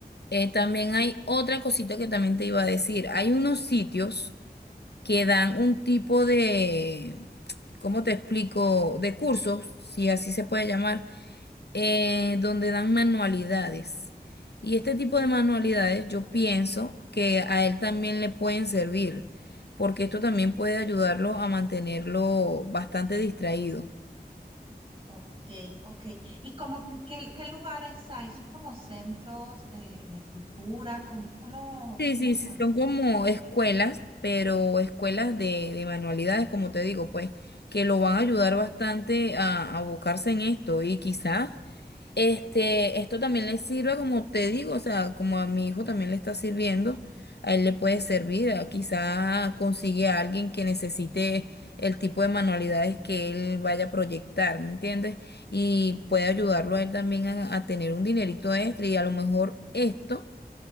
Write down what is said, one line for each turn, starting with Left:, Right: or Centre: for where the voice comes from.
Left: Eh, también hay otra cosita que también te iba a decir. Hay unos sitios que dan un tipo de, ¿cómo te explico? De cursos, si así se puede llamar, eh, donde dan manualidades. Y este tipo de manualidades yo pienso que a él también le pueden servir, porque esto también puede ayudarlo a mantenerlo bastante distraído.
Right: Ok, ok. ¿Y como qué, qué lugares hay? ¿Son como centros de, de cultura? ¿Cómo, cómo,
Left: Sí,
Right: cómo
Left: sí,
Right: son?
Left: sí, son como escuelas, pero escuelas de, de manualidades, como te digo, pues, que lo van a ayudar bastante a, a abocarse en esto y quizás Este, esto también le sirve, como te digo, o sea, como a mi hijo también le está sirviendo, a él le puede servir, a- quizá consigue a alguien que necesite el tipo de manualidades que él vaya a proyectar, ¿me entiendes? Y puede ayudarlo a él también a, a tener un dinerito extra y a lo mejor esto,